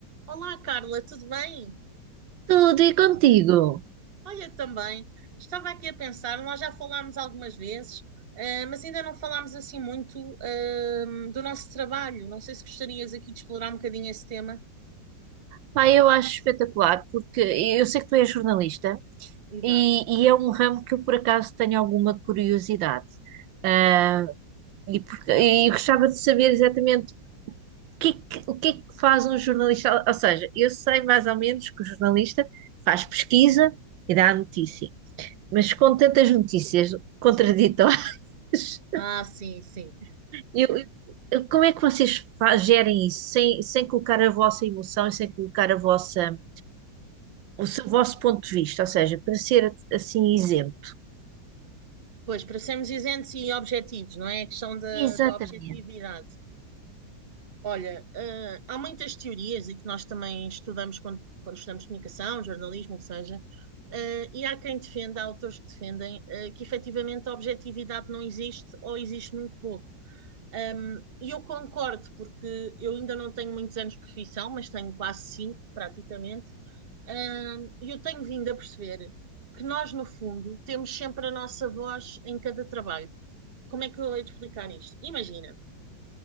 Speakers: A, on the right; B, on the right.
A: Olá, Carla, tudo bem?
B: Tudo e contigo?
A: Olha, também, estava aqui a pensar, nós já falámos algumas vezes, eh, mas ainda não falámos assim muito, ehm, do nosso trabalho. Não sei se gostarias aqui de explorar um bocadinho esse tema.
B: Pá, eu acho espetacular, porque eu sei que tu és jornalista
A: Exato.
B: e, e é um ramo que eu por acaso tenho alguma curiosidade. Ah, e, porque, e eu gostava de saber exatamente o que, é que- o que é que faz um jornalista. Ou seja, eu sei mais ou menos que o jornalista faz pesquisa e dá a notícia, mas com tantas notícias contraditórias, <laughs>
A: Ah, sim, sim.
B: eu, eu- como é que vocês fa- gerem isso sem, sem colocar a vossa emoção e sem colocar a vossa. o seu vosso ponto de vista, ou seja, para ser assim isento.
A: Pois, para sermos isentos e objetivos, não é? A questão da
B: Exatamente.
A: da objetividade. Olha, eh, há muitas teorias e que nós também estudamos quando, quando estudamos comunicação, jornalismo, o que seja, eh, e há quem defenda, há autores que defendem, eh, que efetivamente a objetividade não existe ou existe muito pouco. Ahm, e eu concordo, porque eu ainda não tenho muitos anos de profissão, mas tenho quase cinco, praticamente, Ahm, e eu tenho vindo a perceber que nós, no fundo, temos sempre a nossa voz em cada trabalho. Como é que eu hei de explicar isto? Imagina.